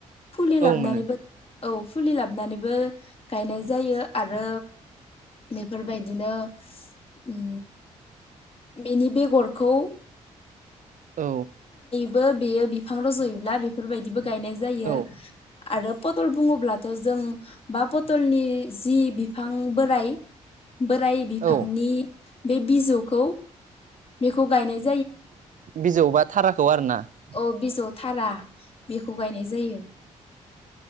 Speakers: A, on the left; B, on the right.
A: फुलि
B: औ
A: लाबनैबो
B: मोनो
A: औ फुलि लाबनैबो गायनाय जायो। आरो बेफोरबायदिनो उम। बेनि बेगरखौ
B: औ
A: <unintelligible> बेयो बिफां र'ज'योब्ला बेफोरबायदिबो गायनाय जायो
B: औ
A: आरो पटल बुङोब्लाथ' जों बा पथलनि जि बिफां बोराय, बोराय बिफांनि
B: औ
A: बे बिजौखौ बेखौ गायनाय जा
B: बिजौबा थाराखौ आरोना ।
A: अ बिजौ थारा बेखौ गायनाय जायो ।